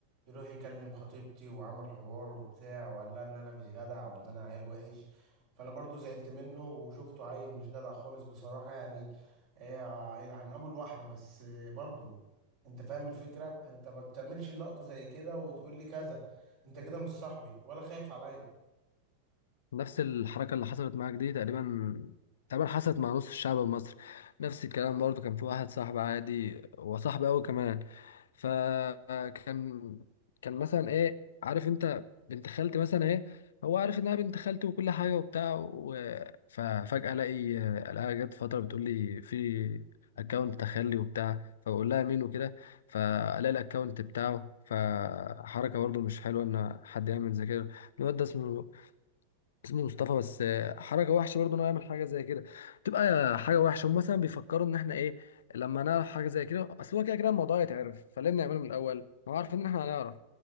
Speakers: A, on the right; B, on the left.
A: يروح يكلم خطيبتي وعمل حوار وبتاع وقال لها إن أنا مش جدع وإن أنا عيل وحش فأنا برضو زعلت منه وشفته عيل مش جدع خالص بصراحة يعني آه، يلعن أبو الواحدة بس آه، برضو أنت فاهم الفكرة أنت ما بتعملش اللقطة زي كده وتقول لي كذا أنت كده مش صاحبي ولا خايف عليا
B: نفس الحركة اللي حصلت معاك دي تقريبا تقريبا حصلت مع نص الشعب المصري نفس الكلام برضه كان في واحد صاحب عادي وصاحبي قوي كمان فكان كان مثلا ايه عارف انت بنت خالتي مثلا ايه هو عارف انها بنت خالتي وكل حاجة وبتاع و... ففجأة الاقي الاقيها جت فترة بتقول لي في اكونت تخلي وبتاع فبقول لها مين وكده فالاقي الاكونت بتاعه فحركة برضه مش حلوة ان حد يعمل زي كده الواد ده اسمه اسمه مصطفى بس آه، حركه وحشه برضه انه يعمل حاجه زي كده تبقى حاجه وحشه هم مثلا بيفكروا ان احنا ايه لما نعرف حاجه زي كده اصل هو كده كده الموضوع يتعرف فليه بنعمله من الاول ما هو عارفين ان احنا هنعرف